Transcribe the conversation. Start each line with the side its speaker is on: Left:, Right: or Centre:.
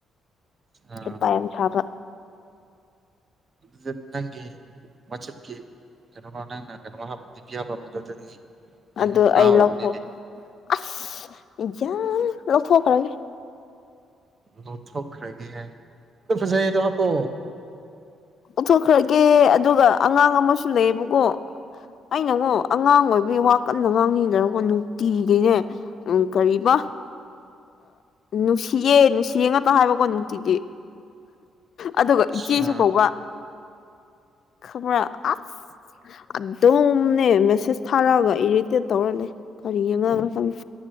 Right: ꯑ
Left: ꯍꯩꯄꯥ ꯌꯥꯝ ꯁꯥꯕ
Right: <unintelligible> ꯅꯪꯒꯤ ꯋꯥꯆꯞꯀꯤ <unintelligible> ꯌꯦꯡꯉ
Left: ꯑꯗꯨ
Right: ꯉꯥꯎꯔꯕꯅꯤꯅꯦ
Left: ꯑꯩ ꯂꯧꯊꯣꯛ ꯑꯁ ꯌꯥꯟ ꯂꯧꯊꯣꯛꯈ꯭ꯔꯒꯦ
Right: ꯂꯧꯊꯣꯛꯈ꯭ꯔꯒꯦ ꯍꯥꯏ ꯐꯖꯩꯌꯦ ꯑꯗꯣ ꯍꯥꯞꯄꯣ
Left: ꯑꯣꯊꯣꯛꯈ꯭ꯔꯒꯦ ꯑꯗꯨꯒ ꯑꯉꯥꯡ ꯑꯃꯁꯨ ꯂꯩꯑꯕꯀꯣ ꯑꯩꯅꯉꯣ ꯑꯉꯥꯡ ꯑꯣꯏꯕꯩ ꯋꯥ ꯀꯟꯅ ꯉꯥꯡꯅꯤꯡꯗꯔꯀꯕꯀꯣ ꯅꯨꯡꯇꯤꯒꯤꯅꯦ ꯎꯝ ꯀꯔꯤꯕ ꯅꯨꯡꯁꯤꯌꯦ ꯅꯨꯡꯁꯤꯌꯦ ꯉꯥꯛꯇ ꯍꯥꯏꯕꯀꯣ ꯅꯨꯡꯇꯤꯒꯤ ꯑꯗꯨꯒ
Right: ꯑꯠꯆꯥ
Left: ꯏꯆꯦꯁꯨ ꯀꯧꯕ ꯈꯕꯔꯥ ꯑꯁ ꯑꯗꯨꯝꯅꯦ ꯃꯦꯁꯦꯁ ꯊꯥꯔꯛꯑꯒ ꯏꯔꯤꯠ ꯇꯦꯠ ꯇꯧꯔꯂꯩ ꯀꯔꯤ ꯑꯉꯥꯡꯅꯣ ꯈꯪꯗꯦ